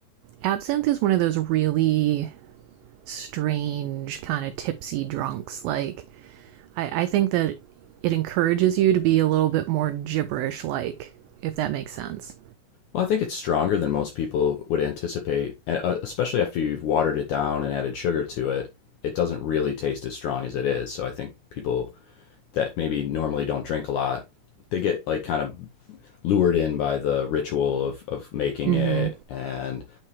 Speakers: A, on the right; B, on the left.
A: absinthe is one of those really strange, kind of tipsy drunks. Like, I, I think that it encourages you to be a little bit more gibberish like, if that makes sense.
B: Well, I think it's stronger than most people would anticipate, and uh, especially after you've watered it down and added sugar to it, it doesn't really taste as strong as it is. So I think people that maybe normally don't drink a lot, they get like kind of lured in by the ritual of, of making
A: Mm
B: it
A: hmm.
B: and